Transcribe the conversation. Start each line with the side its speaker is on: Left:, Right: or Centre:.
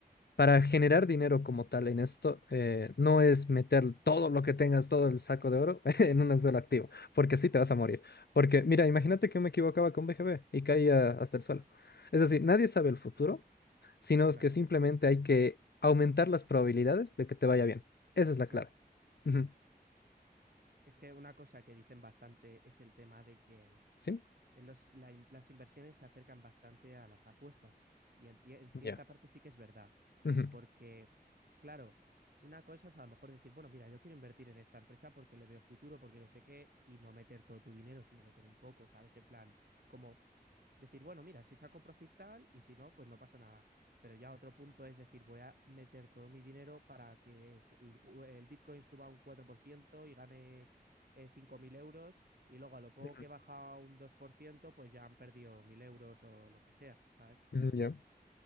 Left: para generar dinero como tal en esto, eh, no es meter todo lo que tengas, todo el saco de oro <laughs> en un solo activo, porque así te vas
Right: Ujú.
Left: a morir. Porque, mira, imagínate que yo me equivocaba con BGB y caía hasta el suelo. Es decir, nadie sabe el futuro, sino
Right: claro,
Left: es que simplemente hay que aumentar las probabilidades de que te vaya bien. Esa es la
Right: claro.
Left: clave. Ujú.
Right: Es que una cosa que dicen bastante es el tema de que
Left: ¿Sí?
Right: los- la in- las inversiones se acercan bastante a las apuestas y en, tie- en cierta
Left: Ya.
Right: parte sí que es verdad,
Left: Ujú.
Right: Porque, claro, una cosa es a lo mejor decir, bueno, mira, yo quiero invertir en esta empresa porque le veo futuro, porque no sé qué, y no meter todo tu dinero, sino meter un poco, ¿sabes? En plan, como decir, bueno, mira, si saco profit tal y si no, pues no pasa nada. Pero ya otro punto es decir, voy a meter todo mi dinero para que se- el, el Bitcoin suba un 4% y gane eh, 5.000 euros y luego a lo poco
Left: Ujú.
Right: que baja un 2% pues ya han perdido 1.000 euros o lo que sea, ¿sabes?
Left: Mm, Ya.